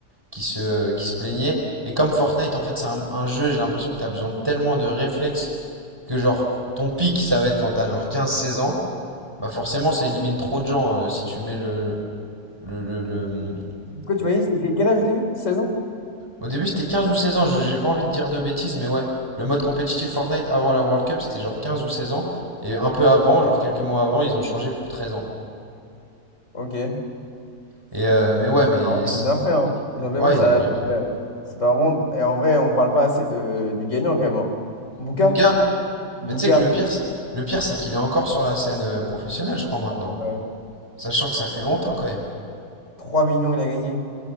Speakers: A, on the right (about 15°); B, on the left (about 55°).
A: qui se, euh, qui se plaignaient. Et comme Fortnite, en fait, c'est un, un jeu, j'ai l'impression que t'as besoin de tellement de réflexes que genre ton pic, ça va être quand t'as genre quinze seize ans. Bah forcément, ça élimine trop de gens euh, si tu mets le, le, le, le-
B: Quoi, tu m'as dit, c'était quel âge au début? Seize ans?
A: Au début, c'était 15 ou 16 ans, je- j'ai pas envie de dire de bêtises, mais ouais, le mode compétitif Fortnite avant la World Cup, c'était genre 15 ou 16 ans. Et un peu avant, genre quelques mois avant, ils ont changé pour 13 ans.
B: Ok. Ah
A: Et euh, mais ouais, mais...
B: ouais, ils ont bien fait, hein. Ils ont bien
A: Ouais,
B: fait, ça.
A: ils ont bien fait.
B: ça fait- C'est pas vraiment... Et en vrai, on parle pas assez de... du gagnant, quand même. hein. Bouka?
A: Bouga?
B: Bouga.
A: Mais tu sais que le pire, c'est- le pire, c'est qu'il est encore sur la scène euh, professionnelle, je crois, maintenant.
B: Ouais.
A: Sachant que ça fait longtemps quand même.
B: 3 millions, il a gagné.